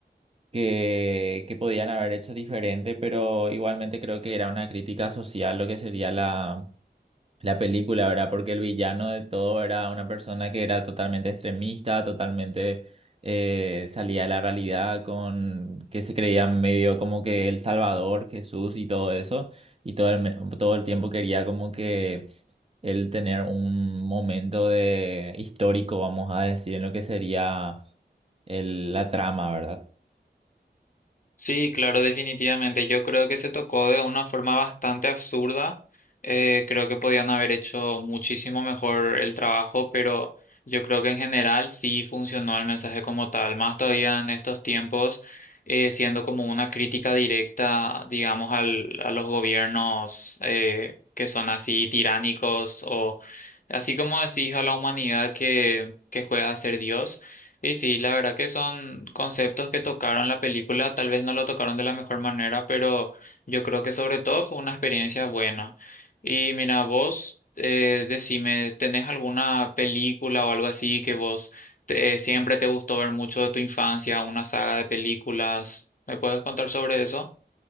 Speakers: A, on the right; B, on the left.
A: que, que podían haber hecho diferente, pero igualmente creo que era una crítica social lo que sería la película, ¿verdad? Porque el villano de todo era una persona que era totalmente extremista, totalmente eh, salía de la realidad, con que se creía medio como que el Salvador, Jesús y todo eso, y todo el, me- todo el tiempo quería como que él tener un momento de histórico, vamos a decir, en lo que sería el- la trama, ¿verdad?
B: Sí, claro, definitivamente. Yo creo que se tocó de una forma bastante absurda. Eh, creo que podían haber hecho muchísimo mejor el trabajo, pero yo creo que en general sí funcionó el mensaje como tal. Más todavía en estos tiempos, eh, siendo como una crítica directa, digamos, al, a los gobiernos eh, que son así tiránicos o así como decís a la humanidad que, que juega a ser Dios. Y sí, la verdad que son conceptos que tocaron la película, tal vez no lo tocaron de la mejor manera, pero yo creo que sobre todo fue una experiencia buena. Y mira, vos, eh, decime, ¿tenés alguna película o algo así que vos te- siempre te gustó ver mucho de tu infancia, una saga de películas? ¿Me puedes contar sobre eso?